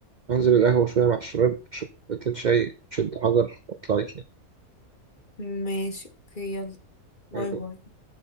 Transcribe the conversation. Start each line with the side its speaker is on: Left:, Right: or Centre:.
Right: انزل القهوة شوية مع الشباب اشرب كوبايتين شاي شد حجر واطلع لك
Left: ماشي اوكي يلا باي
Right: يعني
Left: باي